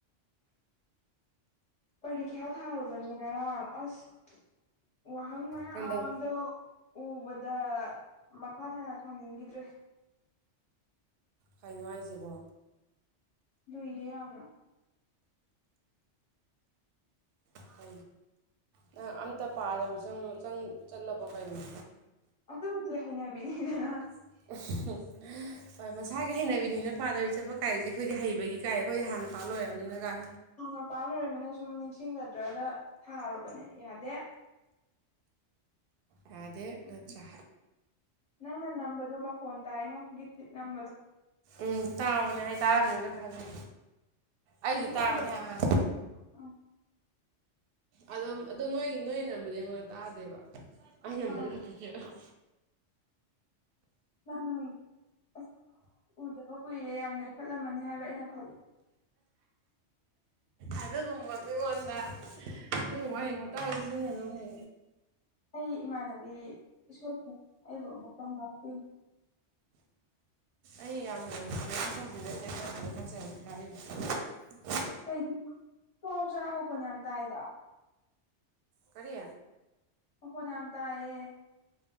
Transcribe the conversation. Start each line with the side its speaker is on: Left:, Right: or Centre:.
Left: ꯄꯔꯤꯈ꯭ꯌꯥ ꯊꯥꯔꯨꯕꯅꯦ ꯉꯔꯥꯡ ꯑꯁ ꯋꯥꯍ ꯃꯌꯥꯝꯗ
Right: ꯅꯪꯗꯧ
Left: ꯎꯕꯗ ꯑ ꯍꯅ ꯍꯥꯟ ꯍꯒꯗ꯭ꯦ
Right: ꯍꯥꯏ ꯅꯨꯡꯉꯥꯏꯖꯕ
Left: ꯂꯨꯏꯌꯦ ꯌꯥꯝꯅ
Right: ꯍ ꯅꯪ ꯑꯝꯇ ꯄꯥꯗꯕꯁꯨ ꯆꯪ ꯆꯠꯂꯕ ꯀꯩꯅꯣ
Left: ꯑꯗꯨ ꯑꯗꯨꯕꯨꯗꯤꯁꯤꯅ ꯃꯤꯅꯤꯗꯅ
Right: <unintelligible> ꯍꯣꯏ ꯃꯁꯥꯒꯤ ꯍꯩꯅꯕꯤꯅꯤꯅ ꯄꯥꯗꯕꯤ ꯆꯠꯄ ꯀꯥꯏꯁꯦ ꯑꯩꯈꯣꯏꯗꯤ ꯍꯩꯕꯒꯤ ꯀꯥꯏ ꯑꯩꯈꯣꯏꯗꯤ ꯍꯥꯟꯅ ꯄꯥꯜꯣꯏꯔꯕꯝꯅꯤꯅ ꯀꯥꯏ
Left: ꯍꯥꯟꯅꯄꯥꯥꯝ ꯂꯩꯣꯏꯔꯃꯤꯅꯪ ꯁꯨꯝ ꯅꯤꯡꯁꯤꯡꯖꯗ꯭ꯔꯒ ꯊꯥꯔꯨꯕꯅꯦ ꯌꯥꯗꯦ
Right: ꯌꯥꯗꯦ ꯅꯠꯇ꯭ꯔꯥ
Left: ꯅꯪꯅ ꯅꯝꯕꯗꯨ ꯃꯈꯣꯟ ꯇꯥꯏꯉꯣ ꯒꯤꯠ ꯒꯤꯠ ꯅꯝꯕꯗꯣ
Right: ꯎꯝ ꯇꯥꯕꯅꯦ ꯑꯩ ꯇꯥꯔꯝꯅꯤꯖꯨ ꯈꯪꯉꯦ ꯑꯩꯒꯤ
Left: ꯀꯩꯁꯨ ꯀꯥꯏꯗꯕ
Right: ꯇꯥꯕꯅꯦ ꯍꯥꯏꯕ
Left: ꯑꯥ
Right: ꯑꯗꯨꯝ ꯑꯗꯨ ꯅꯣꯏꯒꯤ ꯅꯣꯏ ꯅꯝꯕꯗꯤ ꯑꯩꯉꯣꯟꯗ ꯇꯥꯗꯦꯕ ꯑꯩ ꯅꯝꯕꯖꯤ
Left: ꯑꯥ
Right: ꯈꯠꯇꯅꯦ ꯑꯍ
Left: ꯅꯪ ꯑꯁ ꯎꯨꯗꯕ ꯀꯨꯏꯔꯦ ꯌꯥꯝ ꯅꯣꯏꯈꯠꯂꯝꯃꯅꯤ ꯍꯥꯏꯕ ꯕ꯭ꯔꯥ ꯑꯩꯅ ꯈꯜꯂꯤ
Right: ꯑꯗꯨꯒꯨꯝꯕ ꯃꯤꯉꯣꯟꯗ ꯑꯗꯨꯒꯨꯝꯕ ꯋꯥꯍꯩ ꯋꯥꯇꯥꯗꯣ ꯁꯤꯖꯤꯟꯅꯅꯨꯅꯦ
Left: ꯑꯩ ꯏꯃꯥꯟꯅꯕꯤ ꯏꯁꯣꯔꯁꯦ ꯑꯩꯕꯨ ꯑꯃꯨꯛ ꯇꯧꯅꯔꯁꯤ
Right: ꯑꯩ ꯌꯥꯝꯅ ꯕꯨꯗꯤ ꯅꯣꯏꯈꯠꯄꯕꯨꯗꯤ ꯅꯠꯇꯦ ꯈꯔꯗꯤ ꯅꯣꯏꯈꯠꯆꯔꯦ ꯈꯔ ꯍꯥꯏꯔꯤꯕ
Left: ꯀꯩ ꯁꯣꯛ ꯆꯔꯥꯡ ꯃꯈꯣꯟ ꯌꯥꯝ ꯇꯥꯏꯗ
Right: ꯀꯔꯤ
Left: ꯃꯈꯣꯟ ꯌꯥꯝ ꯇꯥꯏꯌꯦ